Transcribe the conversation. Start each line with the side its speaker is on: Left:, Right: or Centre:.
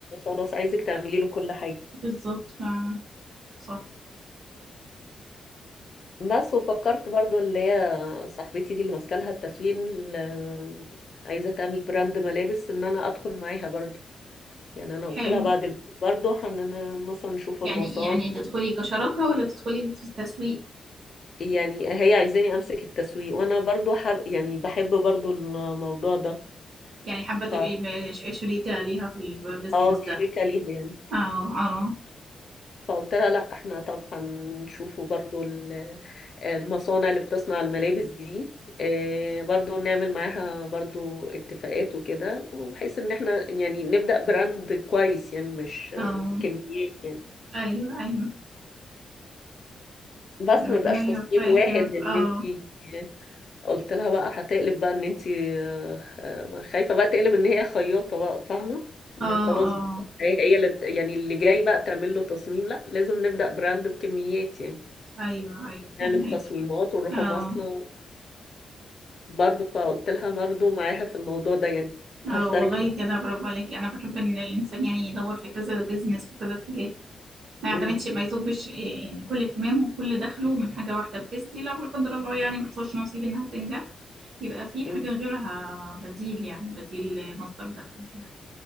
Left: خلاص عايزك تعملي له كل حاجة
Right: بالظبط فعلا صح
Left: بس وفكرت برضو اللي هي صاحبتي دي اللي ماسكه لها التسويق اللي عايزه تعمل براند ملابس ان انا ادخل معاها برضو يعني انا قلت
Right: حلو
Left: لها بعد ال- برضو هننا مثلا نشوف المصان
Right: يعني يعني تدخلي كشراكة ولا تدخلي في التسويق؟
Left: يعني هي عايزاني امسك التسويق وانا برضو حب يعني بحب برضو الموضوع ده
Right: يعني حابة
Left: ف
Right: تبقي ب- ش- شريكة ليها في البيزنس
Left: اه
Right: ده
Left: شركه ليها يعني
Right: اه اه
Left: فقلت لها لا احنا طب هنشوفوا برضو ال- المصانع اللي بتصنع الملابس دي آه، برضو نعمل معاها برضو اتفاقات وكده وبحيث ان احنا يعني نبدأ براند كويس يعني مش
Right: اه
Left: آه، كميات يعني
Right: ايوه ايوه
Left: بس
Right: ربنا
Left: ما يبقاش
Right: يوفقك
Left: تصميم واحد
Right: يا رب
Left: ان
Right: اه
Left: انت قلت لها بقى هتقلب بقى ان انت آه، آه، خايفة بقى تقلب ان هي خياطة بقى فاهمة ان
Right: اه
Left: خلاص
Right: اه
Left: بقى هي هي اللي بت... يعني اللي جاي بقى تعمل له تصميم لا لازم نبدأ براند بكميات يعني
Right: ايوه ايوه فهمك
Left: نعمل تصميمات ونروح
Right: اه
Left: مصنع برضه فقلت لها برضه معاها في الموضوع ده يعني
Right: اه
Left: هشترك
Right: والله
Left: معاك
Right: كده برافو عليكي انا بحب ان الانسان يعني يدور في كذا بيزنس وكذا اتجاه ما يعتمدش
Left: امم
Right: ما يصبش إيه، يعني كل اهتمامه وكل دخله من حاجه واحده بحيث دي لو لا قدر الله يعني ما حصلش نصيب انها تنجح يبقى في حاجه
Left: أمم.
Right: غيرها بديل يعني بديل مصدر دخل وكده